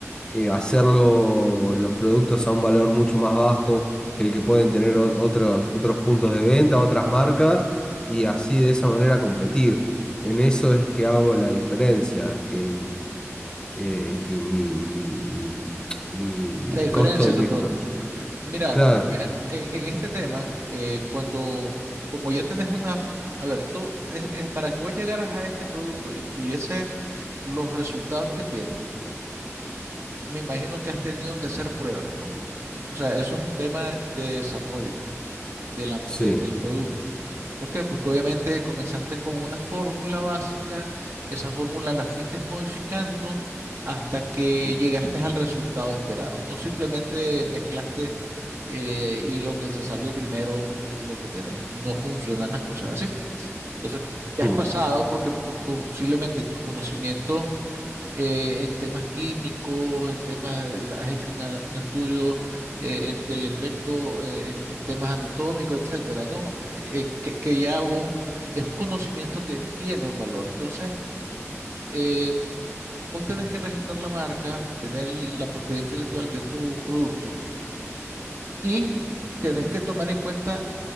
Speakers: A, on the left (about 15°); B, on the right (about 55°).
A: eh, hacerlo los productos a un valor mucho más bajo que el que pueden tener o- otros, otros puntos de venta, otras marcas, y así de esa manera competir. En eso es que hago la diferencia, que, eh, que mi, mi, mi, mi- mi
B: La diferencia
A: costo de
B: de
A: mis
B: tu producto.
A: pro-
B: Mira,
A: Claro,
B: te voy a- en, en este tema, eh, cuando, como ya tenés una, f- a ver, tú, es- es para que vos llegaras a este producto y tuvieses los resultados que tiene, me imagino que has tenido que hacer pruebas, ¿no? O sea, eso es un tema de desarrollo de la- de-
A: sí.
B: del producto. ¿Por qué? Porque obviamente comenzaste con una fórmula básica, esa fórmula la fuiste modificando hasta que
A: Mm,
B: llegaste al resultado esperado. No simplemente mezclaste eh, y lo que se salió primero es lo que tenés. No funcionan las cosas así. Entonces, ya
A: mm,
B: has pasado porque po- posiblemente tus conocimientos eh, en temas químicos, en temas, has hecho una- un estudio eh, en- del efecto eh, en, en temas anatómicos, etcétera, ¿no? Eh, que, que ya vos es un conocimiento que tiene un valor. Entonces, eh, vos tenés que registrar la marca, tener la propiedad intelectual de tu producto y tenés que tomar en cuenta